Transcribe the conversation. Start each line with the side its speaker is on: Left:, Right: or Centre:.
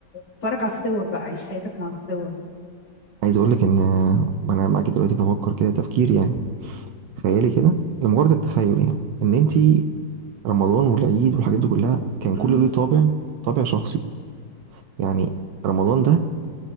Left: اتفرج على الصور بقى عيش حياتك مع الصور
Right: عايز اقول لك ان انا معاكي دلوقتي بفكر كده تفكير يعني تخيلي كده لمجرد التخيل يعني ان انت رمضان والعيد والحاجات دي كلها كان
Left: مم.
Right: كله ليه طابع طابع شخصي يعني رمضان ده